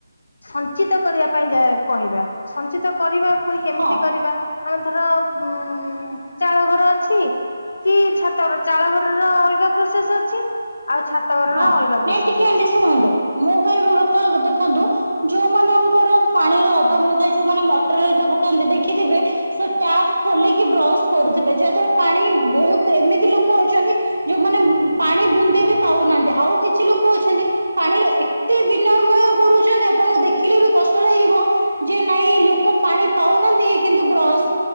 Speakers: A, on the left; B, on the right.
A: ସଞ୍ଚିତ କରିବା ପାଇଁ ଯା କହିବା। ସଞ୍ଚିତ କରିବା ପୁଣି କେମିତି
B: ହଁ
A: କରିବା? ଆଊ ଧର ଉଁ ଚାଳଘର ଅଛି। କି ଛାତର ଚାଳଘରର ଅଲଗା ପ୍ରୋସେସ୍ ଅଛି। ଆଉ ଛାତ ଘରର
B: ହଁ।
A: ଅଲଗା ପ୍ରୋସେସ
B: ନାଇଁ ଟିକେ
A: ଅଛି
B: ଆଣ୍ଟିି ଶୁଣନ୍ତୁ। ମୁଁ କହୁବା କଥା ଦେଖନ୍ତୁ ଯୋଉ ମାନଙ୍କର ପାଣିର ଅଭାବ ନ ଥାଏ ଯୋଉମାନେ ମଟର ହେରିକା ପକାନ୍ତି ଦେଖିଥିବେ ସେ ଟ୍ୟାପ୍ ଖୋଲିକି ବ୍ରସ୍ କରୁଥିବେ। ଯାହା ଦ୍ଵାରା ପାଣି ବହୁତ ଏମିତି ଲୋକ ଅଛନ୍ତି ଯୋଉମାନେ ପାଣି ବୁନ୍ଦେ ବି ପାଉନାହାନ୍ତି ଆଉ କି କିଛି ଲୋକ ଅଛନ୍ତି ପାଣିର ଏତେ ବିନମୟ କରୁଛନ୍ତି ଆପଣଙ୍କୁ ଦେଖିଲେ ବି କଷ୍ଟ ଲାଗିବ ଯେ ନାଇଁ ଲୋକ ପାଣି ପାଉନାହାନ୍ତି ଇଏ କିନ୍ତୁ ବ୍ରସ୍